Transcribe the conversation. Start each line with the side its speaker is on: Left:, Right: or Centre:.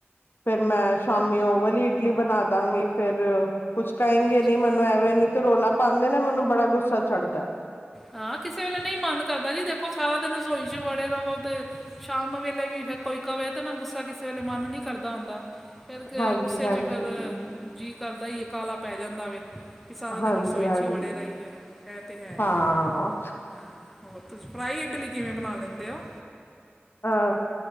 Left: ਫੇਰ ਮੈਂ ਸ਼ਾਮੀ ਓ ਵਾਲੀ ਇਡਲੀ ਬਨਾ ਦਾਂਗੀ ਫੇਰ ਕੁਛ ਕਏਗੇ
Centre: ਅੱਛਾ
Left: ਨੀ ਮੈਨੂੰ ਐਵੇਂ, ਨੀ ਤੇ ਰੌਲਾ ਪਾਂਦੇ ਨੇ ਮੈਨੂੰ ਬੜਾ ਗੁੱਸਾ ਚੜ੍ਹਦੈ।
Centre: ਹਾਂ ਕਿਸੇ ਵੇਲੇ ਨਈ ਮਨ ਕਰਦਾ ਜੀ ਦੇਖੋ ਸਾਰਾ ਦਿਨ ਰਸੋਈ ਚ ਵੜੇ ਰਵੋ ਤੇ ਸ਼ਾਮ ਵੇਲੇ ਵੀ ਫਿਰ ਕੋਈ ਕਵੇ ਤੇ, ਨਾ ਗੁੱਸਾ ਕਿਸੇ ਵੇਲੇ ਮਨ ਨੀ ਕਰਦਾ ਹੁੰਦਾ। ਫੇਰ ਕ
Left: ਹਾਂਜੀ
Centre: ਗੁੱਸੇ
Left: ਹਾਂਜੀ
Centre: ਚ ਫਿਰ ਜੀਅ ਕਰਦਾ ਈ ਏ ਕਾਅਲਾ ਪੈ ਜਾਂਦਾ ਵੇ- ਕਿ ਸਾਰਾ
Left: ਹਾਂਜੀ
Centre: ਦਿਨ ਰਸੋਈ
Left: ਹਾਂਜੀ
Centre: ਚ ਈ ਵੜੇ ਰਈਏ। ਐ ਤੇ ਹੈ
Left: ਹਾਂ
Centre: ਈ ਏ। ਹਾਂ, ਹੋਰ ਤੁਸੀਂ ਫਰਾਈ ਇਡਲੀ ਕਿਵੇਂ ਬਣਾ ਲੈਂਦੇ ਓ?
Left: ਅ,